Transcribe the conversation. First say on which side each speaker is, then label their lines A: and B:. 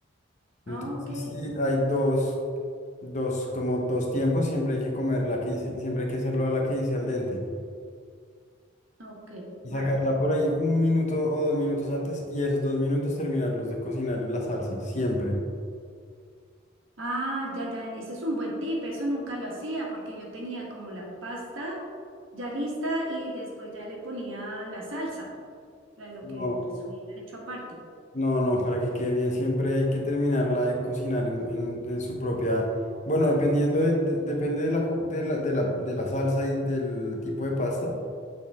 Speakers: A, on the left; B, on the right.
A: Entonces
B: Ah, ok,
A: sí, hay dos, dos, como dos tiempos, siempre hay que comer la que dice, siempre hay que hacerlo la que dice al dente.
B: ok,
A: Y
B: vale.
A: sacarla por ahí un minuto o dos minutos antes y esos dos minutos terminarlos de cocinar en la salsa, siempre.
B: Ah, ya, ya, ese es un buen tip, eso nunca lo hacía porque yo tenía como la pasta ya lista y después ya le ponía la salsa. la- lo
A: No,
B: que pues hubiera hecho aparte.
A: No, no, para que quede bien siempre hay que terminarla de cocinar en, en- en su propia... Bueno, dependiendo de, de- depende de la, cu- de la, de la, de la salsa y del tipo de pasta,